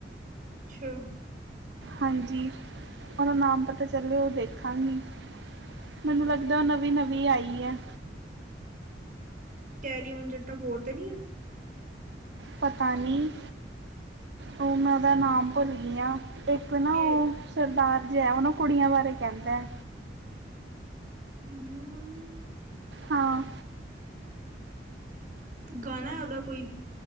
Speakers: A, on the right; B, on the right.
A: <inaudible>
B: ਹਾਂਜੀ, ਉਹਨੂੰ ਨਾਮ ਪਤਾ ਚੱਲੇ ਉਹ ਦੇਖਾਂਗੀ ਮੈਨੂੰ ਲੱਗਦਾ ਉਹ ਨਵੀਂ ਨਵੀਂ ਆਈ ਹੈ
A: ਕੈਰੀ ਉਨ ਜੱਟਾ ਫੋਰ ਤੇ ਨਹੀ, ਐ
B: ਪਤਾ ਨੀ, ਉਹਨਾ ਦਾ ਨਾਮ ਭੁੱਲ ਗਈ ਹਾਂ ਤੇ ਉ ਨਾ
A: ਕਿ
B: ਇਕ ਸਰਦਾਰ ਜੇਹਾ ਐ ਉਹਨੁ ਕੁੜੀਆ ਥਾਰੇ ਕਹਿਣਦਾ ਐ
A: ਕੁੜੀਆਂ ਵਾਰੇ
B: ਹਾਂ
A: ਗਾਨਾ ਆ ਉਦਾ ਕੋਈ